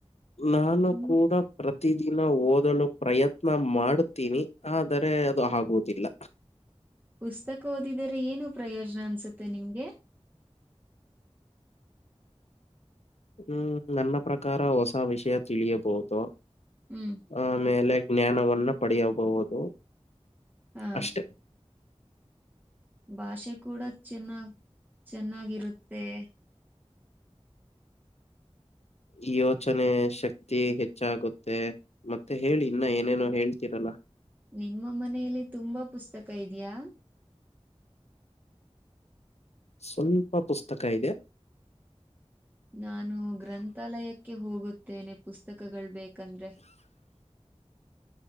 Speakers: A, on the left; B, on the right.
A: ನಾನು
B: ಹ್ಮ್
A: ಕೂಡ ಪ್ರ ಪ್ರತಿದಿನ ಓದಲು ಪ್ರಯತ್ನ ಮಾಡ್ತೀನಿ ಆದರೆ ಅದು ಆಗುದಿಲ್ಲ
B: ಪುಸ್ತಕ ಓದಿದರೆ ಏನು ಪ್ರಯೋಜನ ಅನ್ಸುತ್ತೆ ನಿಮ್ಗೆ
A: ಹ್ಮ್ ನನ್ನ ಪ್ರಕಾರ ಹೊಸ ವಿಷಯ ತಿಳಿಯಬಹುದು
B: ಹ್ಮ್
A: ಆಮೇಲೆ ಜ್ಞಾನವನ್ನ ಪಡೆಯಬಹುದು
B: ಹಾ
A: ಅಷ್ಟೆ
B: ಬಷೆ ಕೂಡ ಚೆನ್ನಾಗ ಚೆನ್ನಾಗಿರುತ್ತೆ
A: ಈ ಯೋಚನೆ ಶಕ್ತಿ ಹೆಚ್ಚಾಗುತ್ತೆ ಮತ್ತೆ ಹೇಳಿ ಇನ್ನ ಏನೇನೋ ಹೇಳ್ತೀರಲ್ಲ
B: ನಿಮ್ಮ ಮನೇೆಯಲ್ಲಿ ತುಂಬಾ ಪುಸ್ತಕ ಇದೆಯಾ
A: ಸ್ವಲ್ಪ ಪುಸ್ತಕ ಇದೆ
B: ನಾನು ಗ್ರಂಥಾಲಯಕ್ಕೆ ಹೋಗುತ್ತೇನೆ ಪುಸ್ತಕಗಳು ಬೇಕ ಕಂದ್ರೆ